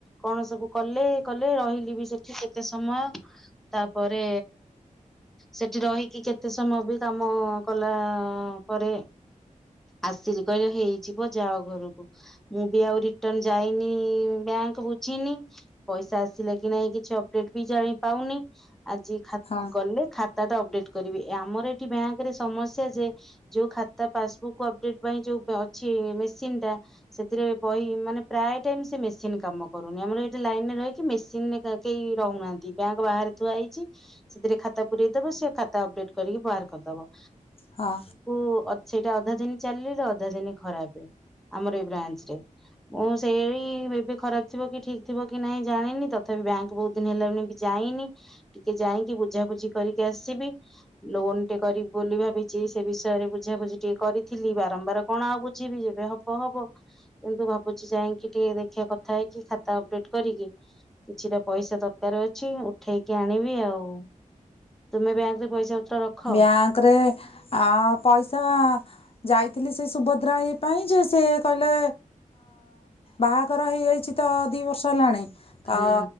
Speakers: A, in the centre; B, on the left.
A: କଣ ସବୁ କଲେ କଲେ ରହିଲି ବି ସେଠି କେତେ ସମୟ ତାପରେ ସେଠି ରହିକି କେତେ ସମୟ ବି କାମ କଲା ପରେ ଆସିଲି କହିଲେ ହେଇଯିବ ଯାଅ ଘରକୁ ମୁଁ ବି ଆଉ ରିଟର୍ଣ ଯାଇନି ବ୍ୟାଙ୍କ ବୁଝିନି ପଇସା ଆସିଲା କି ନାଇଁ କିଛି ଅପଡେଟ ବି ଜାଣିପଉନି ଆଜି
B: ହଁ
A: ଗଲେ ଖାତା ଟା ଅପଡେଟ୍ କରିବି ଆମର ଏଠି ବ୍ୟାଙ୍କ ରେ ସମସ୍ୟା ଯେ ଯୋଉ ଖାତା ପାସବୁକ୍ ଅପଡେଟ ପାଇଁ ଯୋଉ ଅଛି ମେସିନ ଟା ସେଥିରେ ବହି ମାନେ ପ୍ରାୟ ଟାଇମ ସେ ମେସିନ କାମ କରୁନି ଆମର ଏଇଠି ଲାଇନରେ ରହିକି ମେସିନ କେହି ରହୁନାହାନ୍ତି ବ୍ୟାଙ୍କ ବାହାରେ ଥୁଆ ହେଇଛି ସେଥିରେ ଖାତା ପୁରରେଇ ଦବ ସେ ଖାତା ଅପଡେଟ କରିକି ବାହାର କରିଦବ
B: ହଁ
A: ସେଟା ଅଧା ଦିନ ଚାଲ ଅଧା ଦିନ ଖରାପ ଆମର ଏଇ ବ୍ରାଞ୍ଚ ରେ ମୁଁ ସେଇ ଏବେ ଖରାପ ଥିବ କି ଠିକ ଥିବ କି ନହିଁ ଜାଣିନି ତଥାପି ବ୍ୟାଙ୍କ ବହୁତ ଦିନ ହେଲା ଯାଇନି ଟିକେ ଯାଇକି ବୁଝାବୁଝି କରିକି ଆସିବି ଲୋନ ଟେ କରିବି ବୋଲି ଭାବି ସେ ବିଷୟରେ ବୁଝାବୁଝି ଟିକେ କରି ଥିଲି ବାରମ୍ବାର କଣ ଆଉ ବୁଝିବି ଏ ହବ ହବ କିନ୍ତୁ ଭାବୁଛି ଯାଇକି ଟିକେ ଦେଖିବା କଥା ହେଇକି ଖାତା ଅପଡେଟ କରିକି କିଛିଟା ପଇସା ଦରକାର ଅଛି ଉଠେଇକି ଆଣିବି ଆଉ ତୁମେ ବ୍ୟାଙ୍କ ରେ ପଇସା ପତ୍ର ରଖ
B: ବ୍ୟାଙ୍କ ରେ ଆ ପଇସା ଯାଇ ଥିଲି ସେ ସୁଭଦ୍ରା ହେ ପାଇଁ ଯେ ସେ କହିଲେ ବାହାଘର ହେଇଯାଇଛି ତ ଦୁଇ ବର୍ଷ ହେଲାଣି ତ
A: ହୁଁ